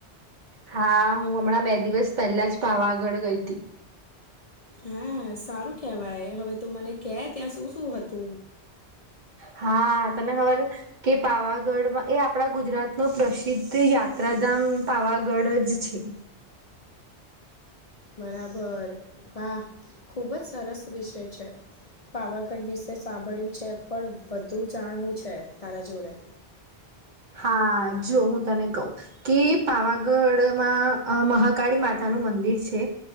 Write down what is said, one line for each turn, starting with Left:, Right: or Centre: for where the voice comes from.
Right: હા, હું હમણાં બે દિવસ પહેલા જ પાવાગઢ ગઈતી.
Left: હમ, સારું કેવાય. હવે તું મને કે ત્યાં સુ સુ હતું?
Right: હા, તને ખબર કે પાવાગઢમાં, એ આપણા ગુજરાતનું પ્રસિદ્ધ યાત્રાધામ પાવાગઢ જ છે.
Left: બરાબર, વાહ, ખુબજ સરસ વિષય છે. પાવાગઢ વિસે સાંભળ્યું છે, પણ બધુ જાણવું છે, તારા જોડે
Right: હા, જો હું તને કહું. કે પાવાગઢમાં અ મહાકાળી માતાનું મંદિર છે,